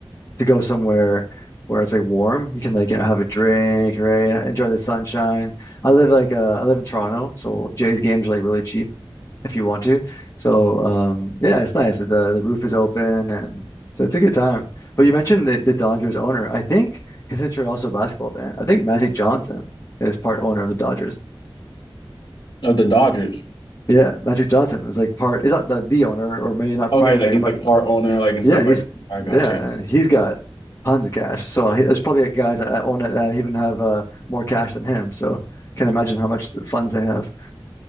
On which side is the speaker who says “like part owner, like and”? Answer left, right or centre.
Left